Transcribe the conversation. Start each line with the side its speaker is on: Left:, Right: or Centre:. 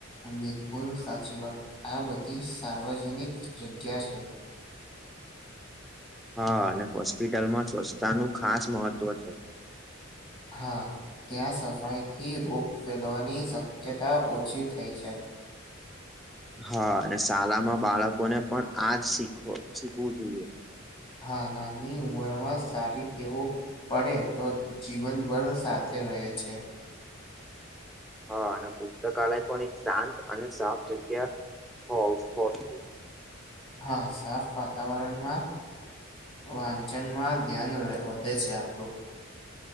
Left: બિલકુલ સાચી વાત આ બધી સાર્વજનિક જગ્યા છે.
Centre: હા અને હોસ્પિટલમાં સ્વચ્છતા નું ખાસ મહત્વ છે.
Left: હા ત્યાં સફાઈથી રોગ ફેલવાની શક્યતા ઓછી થઈ છે.
Centre: હા અને શાળામાં બાળકોને પણ આજ શીખ શીખવું જોઈએ.
Left: હા નાની ઉંમર માં સારી તેવ પડે તો જીવનભર સાચ તે રહે છે
Centre: હા અને પુસ્તકાલય પણ એક શાંત અને સાફ જગ્યા. હ સ્પોટ
Left: હા સાફ વાતાવરણમાં. વાંચનમાં ધ્યાન વધે છે આપણું.